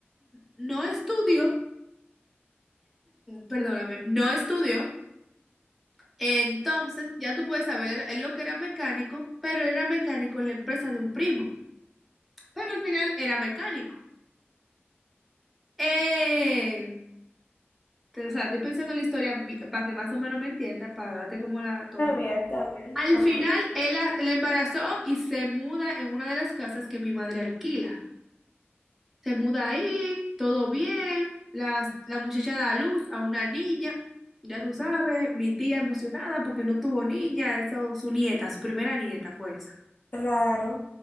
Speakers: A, in the centre; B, on the left.
A: No estudió, perdóname, no estudió. Entonces, ya tú puedes saber, él, él lo que era mecánico, pero él era mecánico en la empresa de un primo, pero al final era mecánico. Eh, te- o sea, estoy pensando en la historia para que más o menos me entienda, para darte como la todo.
B: Está bien, está bien.
A: Al
B: Ajá.
A: final, él la, la embarazó y se muda en una de las casas que mi madre alquila. Se muda ahí, todo bien, las- la muchacha da a luz a una niña, ya tú sabes, mi tía emocionada porque no tuvo niña, eso, su nieta, su primera nieta fue esa.
B: Claro.